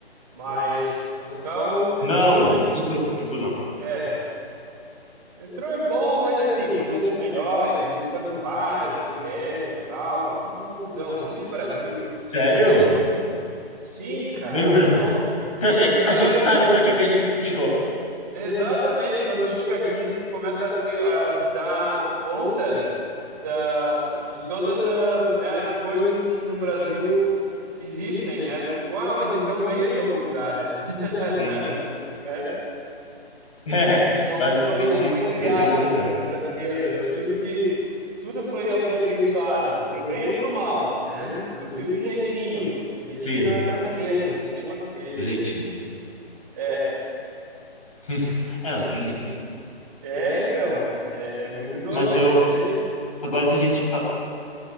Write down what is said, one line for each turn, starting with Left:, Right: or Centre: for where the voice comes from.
Right: mas Portugal o metrô
Left: Não,
Right: é meio,
Left: nunca fui pra Portugal.
Right: é, metrô é bom, mas assim, podia ser melhor, e de vez em quando para, tem greve e tal, uma confusão, assim, meio Brasil, assim, na realidade.
Left: Sério?
Right: <laughs> Sim, cara,
Left: Meio branco.
Right: pô,
Left: Então
Right: Portugal
Left: a gente, a gente
Right: é muito
Left: sabe pra que que a gente puxou.
Right: Exatamente, quando chega aqui, tu começa a, ter, a, a se dar conta da, de todas as, né, as coisas que no Brasil existem, né? Tipo, ah, mas então veio de algum lugar, né? <laughs>
Left: Sim.
Right: Né?
Left: É,
Right: Isso não
Left: basicamente
Right: foi, não foi
Left: isso.
Right: criado
Left: Veio de algum lugar.
Right: pelos brasileiros. Eu digo que tudo foi aperfeiçoado, pro bem ou pro mal, né? Inclusive o jeitinho. O jeitinho
Left: Sim,
Right: não é brasileiro, o jeitinho é português.
Left: jeitinho.
Right: É,
Left: <laughs> É, não, tem isso.
Right: e- é então, cara, é, é muito doido,
Left: Mas eu,
Right: mas é isso.
Left: agora que a gente, fa-